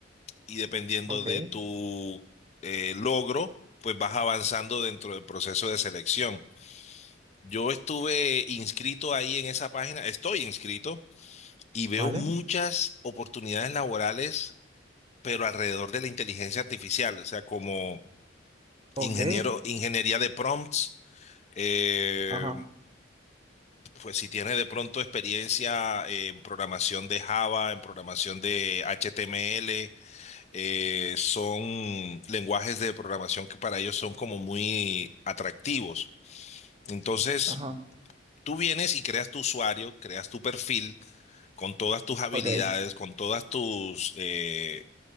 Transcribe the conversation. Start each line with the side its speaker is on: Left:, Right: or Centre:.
Left: y dependiendo
Right: ok,
Left: de tu eh, logro, pues vas avanzando dentro del proceso de selección. Yo estuve inscrito ahí en esa página, estoy inscrito y veo
Right: vale,
Left: muchas oportunidades laborales, pero alrededor de la inteligencia artificial, o sea, como
Right: ok,
Left: ingeniero, ingeniería de prompts, eh,
Right: ajá,
Left: pues si tienes de pronto experiencia en programación de Java, en programación de HTML, eh, son lenguajes de programación que para ellos son como muy atractivos. Entonces,
Right: ajá,
Left: tú vienes y creas tu usuario, creas tu perfil con todas tus habilidades,
Right: ok.
Left: con todas tus, eh,